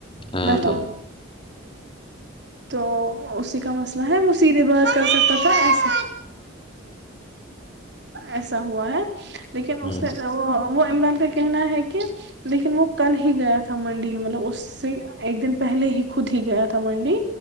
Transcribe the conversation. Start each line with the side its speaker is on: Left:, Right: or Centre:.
Left: ہاں
Right: بیٹھو
Left: ہاں
Right: تو اسی کا مسئلہ ہے میں سیدھے بات کر سکتا تھا ایسا ایسا ہوا ہے لیکن اس
Left: ہوں
Right: نے وہ وہ عمران کا کہنا ہے کہ لیکن وہ کل ہی گیا تھا منڈی مطلب اس سے ایک دن پہلے ہی خود ہی گیا تھا منڈی